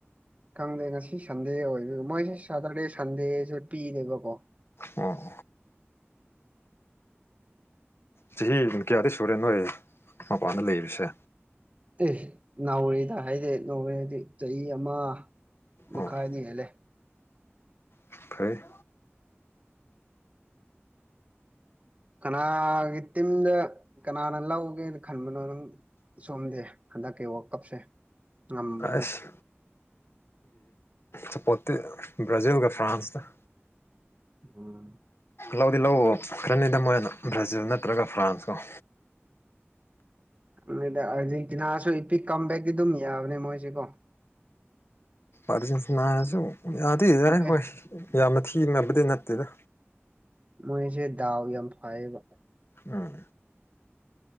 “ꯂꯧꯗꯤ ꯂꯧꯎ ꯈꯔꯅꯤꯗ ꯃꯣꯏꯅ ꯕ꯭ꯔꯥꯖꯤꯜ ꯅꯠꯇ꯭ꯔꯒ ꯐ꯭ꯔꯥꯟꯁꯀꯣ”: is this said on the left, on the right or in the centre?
Left